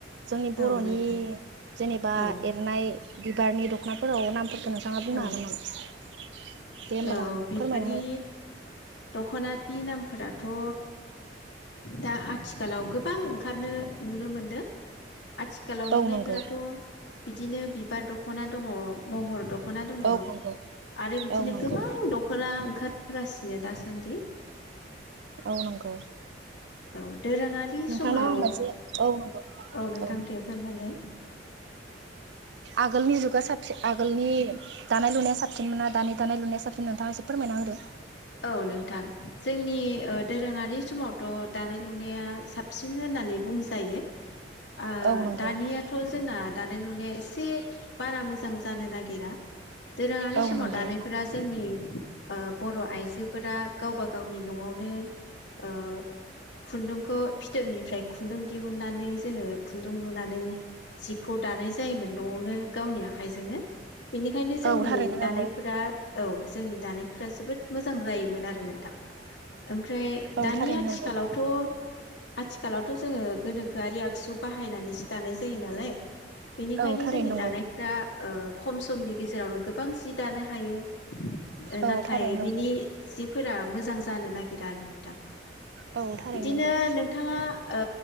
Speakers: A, on the right; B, on the left.
A: जोंनि बर'नि
B: औ नोंथां
A: जेनेबा
B: औ
A: एरनाय बिबारनि दख'नाफोराव नामफोरफोरखो नों थाङा बुंनो
B: औ
A: हागोन नामा? <inaudible> दे होमबाल
B: औ बिबारनि
A: फोरमायना हो
B: दख'नानि नामफोरा थ' दा आथिखालाव गोबां ओंखारनो नुनो मोनदों आथिखालाव
A: औ
B: नुनायफोराथ'
A: नंगौ
B: बिदिनो बिबार दख'ना दङ महर दख दख'ना दङ
A: औ नंगौ
B: आरो बि बिदिनो
A: औ नंगौ
B: गोबां दख'ना ओंखार गासिनो दासान्दि
A: औ नंगौ
B: औ दोरोङारि
A: नोंथांनाव
B: समाव
A: आं मोनसे औ नंगौ
B: नोंथां
A: औ
B: दे फोरमायलाय
A: आगोलनि जुगा साबसिन आगोलनि दानाय लुनाया साबसिन मोना दानि दानाय लुनाया साबसिन नोंथाङा एसे फोरमायना होदो
B: औ नोंथां जोंनि ओ दोरोङारि समावथ' दानाय लुनाया साबसिन होननानै बुंजायो ओ
A: औ नंगौ
B: दानियाथ' जोंना दानाय लुनाया एसे बारा मोजां जानो नागिरा दोरोङारि
A: औ
B: समाव
A: नंगौ
B: दानायफोरा जोंनि ओ बर' आइजो जोफोरा गावबा गावनि न'आवनो ओ खुन्दुंखौ फिथोबनिफ्राय खु खुन्दुं दिहुननानै जोङो खुन्दुं लुनानै जिखौ दानाय जायोमोन न'आवनो गावनि आखाइजोंनो बेनिखायनो जोंनि
A: औ थारैनो नंगौ
B: दानायफोरा औ जोंनि दानायफ्रा जोबोद जायोमोन आरो नोंथां ओमफ्राय
A: औ
B: दानि
A: थारैनो
B: आथिखालावथ'
A: नंगौ
B: आथिखालावथ' जोङो गोनोखोआरि आगसु बाहायनानै सि दानाय जायो नालाइ बेनिखायनो
A: औ थारैनो
B: जोंनि
A: नंगौ
B: दानायफोरा ओ खम समनि गेजेरावनो गो बां सि दानो हायो। ओ
A: औ
B: नाथाय
A: थारैनो नंगौ
B: बिनि जि फोरा मोजां जानो नागिरा आरो नोंथां
A: औ थारैनो
B: बिदिनो
A: नंगौ
B: नोंथाङा ओ